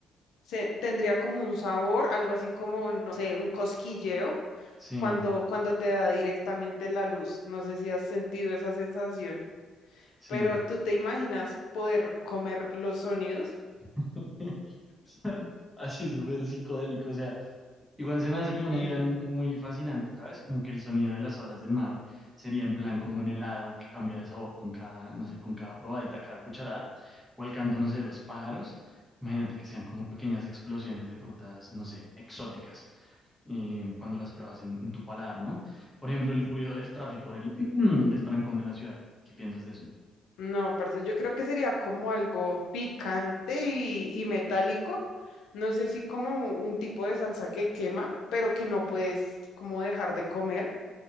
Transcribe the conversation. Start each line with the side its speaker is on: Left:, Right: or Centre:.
Left: se, tendría como un sabor, algo así como, no sé, un cosquilleo
Centre: sí,
Left: cuando, cuando te da directamente la luz. No sé si has sentido esa sensación.
Centre: sí.
Left: Pero ¿tú te imaginas poder comer los sonidos?
Centre: <laughs> Así súper psicodélico, o sea. Igual se me hace
Left: Sí.
Centre: como una idea muy fascinante, ¿sabes? Como que el sonido de las olas del mar sería en plan como un helado que cambia de sabor con cada, no sé, con cada probadita, cada cucharada, o el canto, no sé, de los pájaros. Imagínate que sean como pequeñas explosiones de frutas, no sé, exóticas, eh, cuando las pruebas en, en tu paladar, ¿no? Por ejemplo, el ruido del tráfico, del, <clears throat> del trancón de la ciudad. ¿Qué piensas de eso?
Left: No, parce, yo creo que sería como algo picante y, y metálico. No sé si como un tipo de salsa que quema, pero que no puedes como dejar de comer.